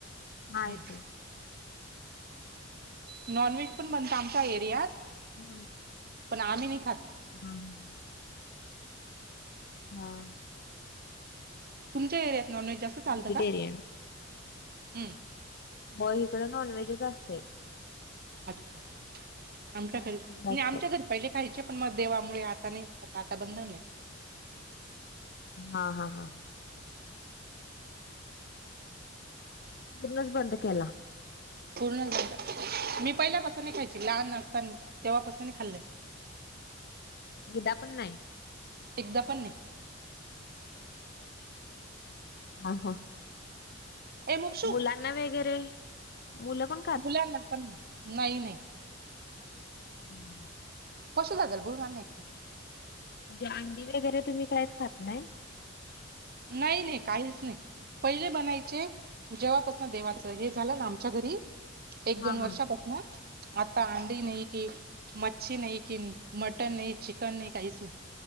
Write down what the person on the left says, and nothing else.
हा
येतोय.
मोनऽ <unintelligible>
हम्म्म, हां,
व्हेजिटेरियन
होय, इकडं नॉनव्हेजच असतंय.
जास्तीत
जास्त
हा, हा, हा, हा. पूर्णच बंद केला?
एकदा पण नाही.
हा हा,
मुला लाना वगैरे, मुल का
हम्. <inaudible>
म्हणजे अंडी वगैरे तुम्ही कायच खात नाही?
हा
हा